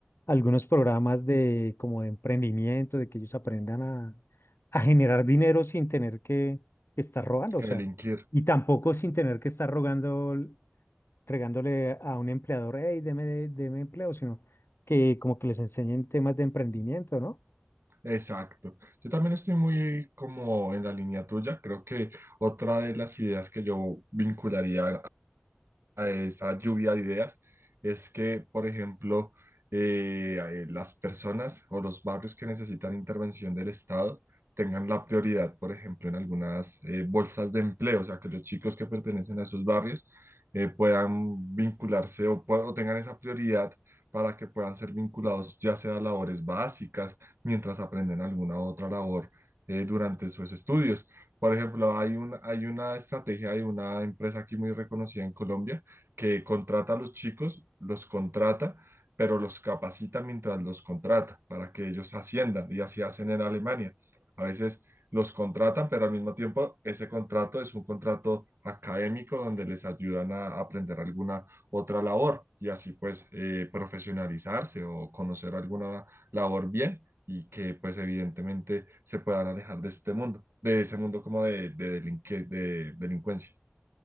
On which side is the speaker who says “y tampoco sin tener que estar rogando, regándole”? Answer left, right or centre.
Left